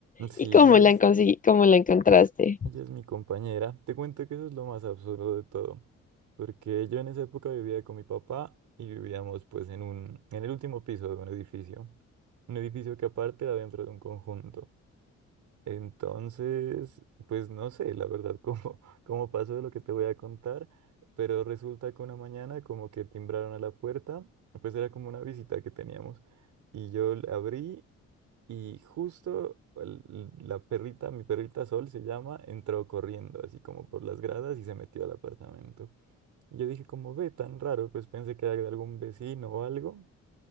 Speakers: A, on the right; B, on the left.
A: Sí,
B: ¿Y cómo
A: sí, ella
B: la
A: es,
B: conseguí, cómo la encontraste?
A: ella es mi compañera. Te cuento que eso es lo más absurdo de todo. Porque yo en esa época vivía con mi papá y vivíamos pues en un, en el último piso de un edificio. Un edificio que aparte era dentro de un conjunto. Entonces, pues no sé, la verdad, cómo, <laughs> cómo pasó de lo que te voy a contar, pero resulta que una mañana como que timbraron a la puerta, pues era como una visita que teníamos, y yo la abrí y justo el- la perrita, mi perrita Sol se llama, entró corriendo así como por las gradas y se metió al apartamento. Y yo dije como, ve, tan raro, pues pensé que era de algún vecino o algo,